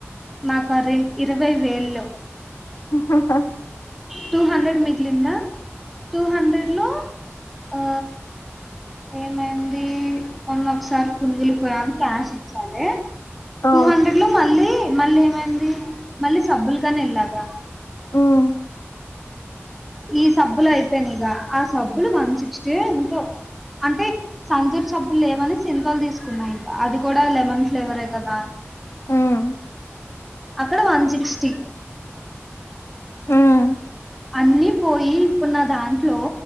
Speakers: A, in the centre; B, on the left.
A: నాకు ఆ రెం ఇరవై వేల్లో
B: హ హ హ
A: టూ హండ్రెడ్ మిగిలిందా టూ హండ్రెడ్ లో ఆ ఏమైంది మొన్న ఒకసారి పనుగు్లికి పోయ క్యాష్ ఇ చాలే
B: ఆ
A: టూ హండ్రెడ్ లో మళ్ళీ మళ్ళీ ఏమైంది మళ్ళీ సబ్బులకాని ఎల్లగా
B: ఉమ్
A: ఈ సబ్బులు అయిపోయిన్నిగా ఆ సబ్బులు వన్ సిక్స్టీ ఎంతో అంటే సంతూర్ సబ్బులు లేవని సింతోల్ తీసుకున్నా ఇంకా అది కూడా లెమన్ ఫ్లేవరే కదా
B: ఉమ్
A: అక్కడ వన్ సిక్స్టీ
B: ఉమ్
A: అన్ని పోయి ఇప్పుడు నాదాంట్లో